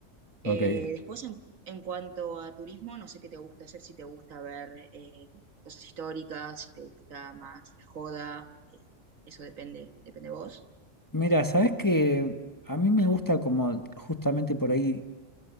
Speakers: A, on the right; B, on the left.
A: Eh,
B: Ok,
A: después, en, en cuanto a turismo, no sé qué te gusta hacer, si te gusta ver eh, cosas históricas, si te gusta más la joda, eh, eso depende, depende de vos.
B: Mira, sabes que a mí me gusta como justamente por ahí,